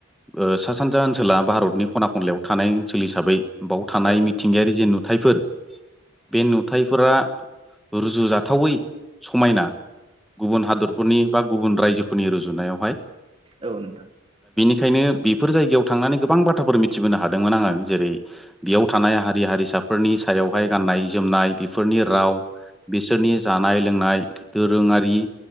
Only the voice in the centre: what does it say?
ओ सा सानजा ओनसोला भारतनि खना खनलायाव थानाय ओनसोल हिसाबै बाव
थानाय
मिथिंगायारि
जे नु याइफोर बे नुथाइफोरा रुजुजाथावै समायना गुबुन हादरफोरनि बा गुबुन रायजो फोरनि रुजुनायावहाय
ओंखायनो बेफोर जायगायाव थांनानै गोबां बाथ्राफोर मिथिबोनो हादोंमोन आङो। जेरै बेयाव थानाय हारि हारिसाफोरनि सायावहाय गाननाय जोमनाय। बिफोरनि राव बिसोरनि जानाय लोंनाय दोरोङारि